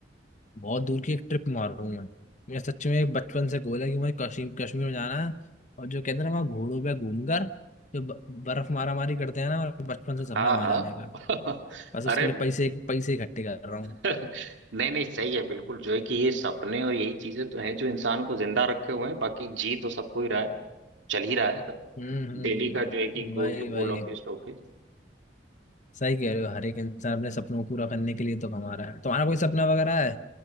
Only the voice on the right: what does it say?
हाँ
हाँ <laughs>
अरे
<laughs> नहीं नहीं सही है बिल्कुल जो है कि ये सपने और यही चीजें तो हैं जो इंसान को जिंदा रखे हुए हैं बाकी जी तो सबको ही रहा है चल ही रहा है सब
डेली का
जो है कि goal
to goal
office to office